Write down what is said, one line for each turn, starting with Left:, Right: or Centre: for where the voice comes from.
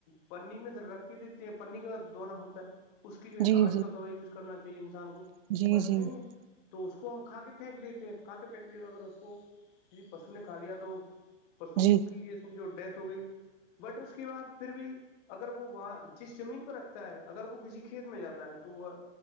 Left: پنی میں اندر رکھ کے دیتے ہیں پنی کا دوننا ہوتا ہے اس کی جو ہے
Right: جی
Left: کاغذ کا دوننا یوز کرنا چاہیے انسان کو
Right: جی
Left: بٹ
Right: جی جی
Left: نہیں ہے تو اس کو ہم کھا کے پھینک دیتے ہیں کھا کے پھینک دیتے اگر اس کو کسی پشو نے کھا لیا تو پشو
Right: جی
Left: کی یہ سمجھو ڈیتھ ہو گئی بٹ اس کے بعد پھر بھی اگر وہ وہاں جس زمین پے رکھتا ہے اگر وہ کسی کھیت میں جاتا ہے وہ